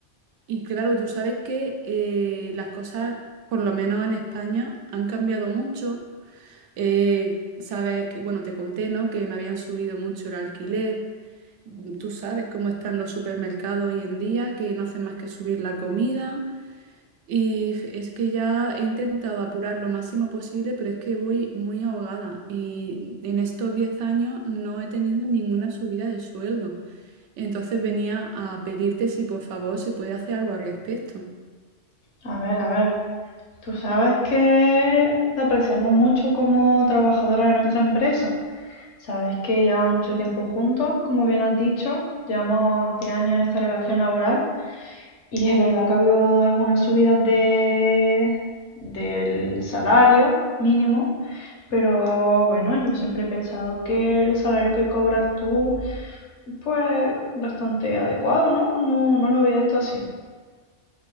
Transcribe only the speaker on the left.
a ver, a ver. Tú sabes que te apreciamos mucho como trabajadora de nuestra empresa. Sabes que llevamos mucho tiempo juntos, como bien has dicho, llevamos 10 años en esta relación laboral Y es verdad que ha habido algunas subidas de, del salario mínimo, pero bueno, yo siempre he pensado que el salario que cobras tú, pues bastante adecuado, ¿no? No, no lo veías tú así.